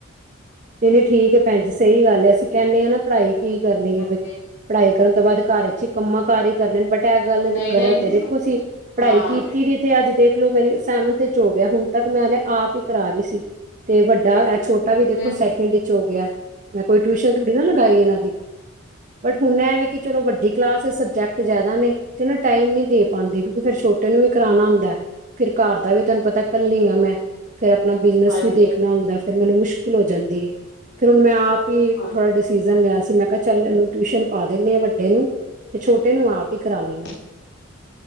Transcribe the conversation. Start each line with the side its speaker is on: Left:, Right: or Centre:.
Right: ਨਈਂ-ਨਈਂ ਠੀਕ ਹੈ ਭੈਣਜੀ ਸਹੀ ਗੱਲ ਐ ਅਸੀਂ ਕਹਿੰਦੇ ਆਂ ਨਾ ਪੜ੍ਹਾਈ ਕੀ ਕਰਨੀ
Left: ਹਾਂਜੀ
Right: ਐ ਬੀ ਪੜ੍ਹਾਈ ਕਰਨ ਤੋਂ ਬਾਅਦ ਘਰ 'ਚ' ਕੰਮਾਂ-ਕਾਰਾਂ ਹੀ ਕਰਨੇ ਨੇ ਬਟ ਐ ਗੱਲ
Left: ਨਹੀਂ
Right: ਗਲਤ
Left: ਨਹੀਂ
Right: ਦੇਖੋ ਅਸੀਂ, ਪੜ੍ਹਾਈ
Left: ਹਾਂ
Right: ਕੀਤੀ ਦੀ ਤੇ ਅੱਜ ਦੇਖਲੋ ਮੇਰੀ ਸੈਵਨਥ 'ਚ' ਵੀ ਹੋ ਗਿਆ ਹੁਣ ਤੱਕ ਮੈਂ ਹਲੇ ਆਪ ਈ ਕਰਾ ਰਹੀ ਸੀ। ਤੇ ਵੱਡਾ
Left: ਬਿਲਕੁਲ
Right: ਐਹ ਛੋਟਾ ਵੀ
Left: ਵਧੀਆ
Right: ਦੇਖੋ ਸੈਕਿੰਡ ਵਿੱਚ ਹੋ ਗਿਆ ਮੈਂ ਕੋਈ ਟਿਊਸ਼ਨ ਥੋੜੀ ਨਾ ਲਗਾਈ ਇਹਨਾਂ ਦੀ, ਬਟ ਹੁਣ ਐਹ ਵੀ ਕਿ ਚਲੋ ਵੱਡੀ ਕਲਾਸ ਐ ਸਬਜੈਕਟ ਸਬਜੈਕਟ ਜ਼ਿਆਦਾ ਨੇ, ਤੇ ਨਾਂ ਟਾਈਮ ਨੀ ਦੇ ਪਾਂਦੀ ਕਿਉਂਕਿ ਫ਼ਿਰ ਛੋਟੇ ਨੂੰ ਵੀ ਕਰਾਉਣਾ ਹੁੰਦਾ। ਫੇਰ ਘਰ ਦਾ ਵੀ ਤੈਨੂੰ ਪਤਾ ਕੱਲੀ ਆ ਮੈਂ। ਫਿਰ ਆਪਣਾ ਬਿਜਨਸ
Left: ਹਾਂਜੀ
Right: ਵੀ ਦੇਖਣਾ ਹੁੰਦਾ ਫ਼ੇਰ ਮੈਨੂੰ ਮੁਸ਼ਕਿਲ ਹੋ ਜਾਂਦੀ ਏ, ਫਿਰ ਹੁਣ ਮੈਂ ਆਪ ਵੀ
Left: ਹਾਂ
Right: ਥੋੜਾ ਡਿਸੀਜ਼ਨ ਲਿਆ ਸੀ ਮੈਂ ਕਿਹਾ ਚੱਲ ਇਹਨੂੰ ਟਿਊਸ਼ਨ ਪਾ ਦਿੰਦੀ ਆ ਵੱਡੇ ਨੂੰ ਤੇ ਛੋਟੇ ਨੂੰ ਆਪ ਹੀ ਕਰਾ ਲਵਾਂਗੀ
Left: ਹ <inaudible>